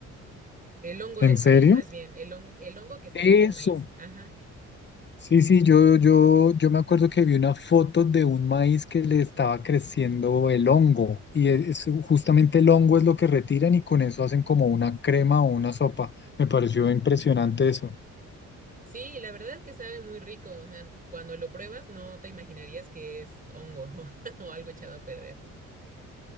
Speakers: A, on the right; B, on the left.
A: El hongo
B: ¿En
A: del
B: serio?
A: maíz, más bien, el hongo, el hongo que se
B: Eso.
A: le hace al maíz. Ajá.
B: Sí, sí, yo, yo, yo me acuerdo que vi una foto de un maíz que le estaba creciendo el hongo y e, es, justamente el hongo es lo que retiran y con eso hacen como una crema o una sopa. Me pareció impresionante eso.
A: Sí, la verdad es que sabe muy rico. O sea, cuando lo pruebas no te imaginarías que es hongo <laughs> o algo echado a perder.